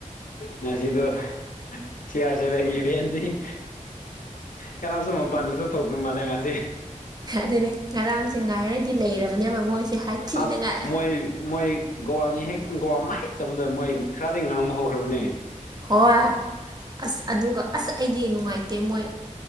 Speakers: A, on the left; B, on the right.
A: ꯉꯁꯤꯗꯣ ꯁꯤꯌꯥꯔ ꯁꯕꯦꯟꯒꯤ <unintelligible> ꯀꯅꯥꯁꯨꯨ ꯃꯄꯥꯟꯗꯁꯨ ꯊꯣꯛꯇ ꯃꯥꯜꯂꯦ ꯉꯁꯤ
B: ꯑꯗꯨꯅꯦ ꯉꯔꯥꯡꯁꯦ ꯉꯥꯏꯔꯗꯤ ꯂꯩꯔꯕꯅꯦꯕ ꯃꯣꯏꯁꯦ ꯍꯥꯏꯊꯤꯅꯉꯥꯏ
A: ꯑꯁ ꯃꯣꯏ ꯃꯣꯏ ꯒꯣꯜ ꯑꯅꯤ ꯍꯦꯛ ꯒꯣꯜ ꯑꯃ ꯍꯦꯛ ꯆꯟꯕꯗꯥ ꯃꯣꯏ ꯈꯔꯗꯤ ꯉꯥꯡꯕ ꯍꯧꯈ꯭ꯔꯕꯅꯦ
B: ꯍꯣꯏ ꯑꯁ ꯑꯗꯨꯒ ꯑꯁ ꯑꯩꯗꯤ ꯅꯨꯡꯉꯥꯏꯇꯦ ꯃꯣꯏ